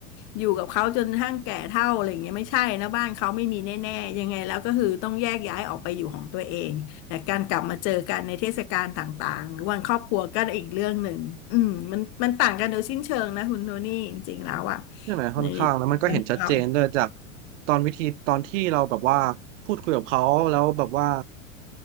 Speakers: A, on the left; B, on the right.
A: อยู่กับเขาจนกระทั่งแก่เฒ่าอะไรอย่างเงี้ยไม่ใช่นะบ้านเขาไม่มีแน่ๆยังไงแล้วก็คือต้องแยกย้ายออกไปอยู่ของตัวเองแต่การกลับมาเจอกันในเทศกาลต่างๆหรือวันครอบครัวก็อีกเรื่องหนึ่งอืมมันมันต่างกันโดยสิ้นเชิงนะคุณโทนี่จริงๆแล้วอ่ะ
B: ใช่ไหมค่อนข้างแล้วมันก็เห็นชัดเจนด้วยจาก
A: ในในมุมเขา
B: ตอนวิธีตอนที่เราแบบว่าพูดคุยกับเขาแล้วแบบว่า